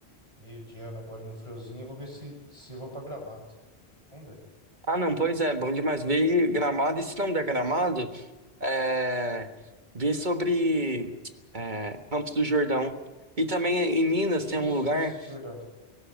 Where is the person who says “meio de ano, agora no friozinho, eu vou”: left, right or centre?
Right